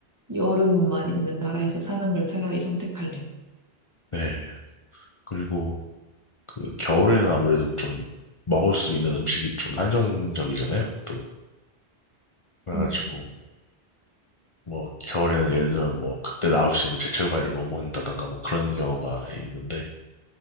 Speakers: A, on the right; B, on the left.
A: 여름만 있는 나라에서 사는 걸 차라리 선택할래요.
B: 네. 그리고 그 겨울에는 아무래도 좀 먹을 수 있는 음식이 좀 한정적이잖아요. 또 그래가지고
A: 음,
B: 뭐 겨울에는 예를 들면 뭐 그때 나올 수 있는 제철 과일을 못 먹는다던가 뭐 그런 경우가 있는데